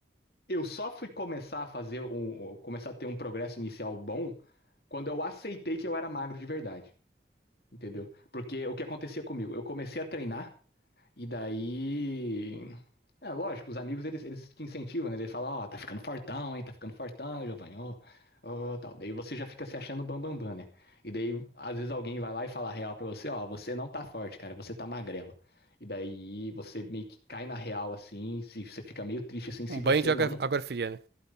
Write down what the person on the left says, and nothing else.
Eu só fui começar a fazer um, um, começar a ter um progresso inicial bom quando eu aceitei que eu era magro de verdade, entendeu? Porque o que acontecia comigo? Eu comecei a treinar e daí, é lógico, os amigos eles, eles te incentivam, né? Eles falam, ó, tá ficando fortão, hein? Tá ficando fortão, Giovanni, ó, ó, tal. Daí você já fica se achando bambambam, bam, bam, né? E daí às vezes alguém vai lá e fala a real pra você, ó, você não tá forte, cara, você tá magrelo. E daí você meio que cai na real assim, se você fica meio triste assim se
você
não